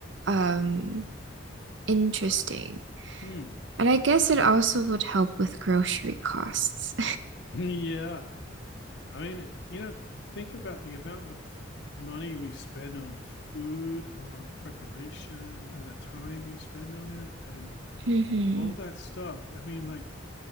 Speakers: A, on the right (about 70°); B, on the left (about 60°).
A: um interesting.
B: Hmm.
A: And I guess it also would help with grocery costs.
B: <laughs> Yeah. I mean, you know, think about the amount of money we spend on food, on preparation, and the time you spend on it, and
A: <laughs> hmm
B: all that stuff. I mean, like,